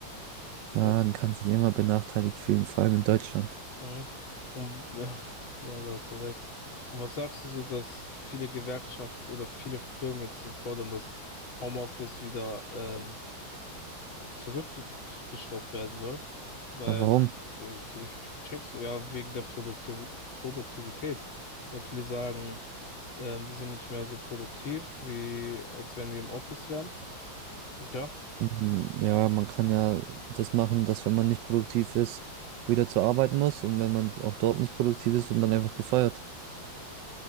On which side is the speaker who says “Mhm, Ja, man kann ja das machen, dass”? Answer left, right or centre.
Right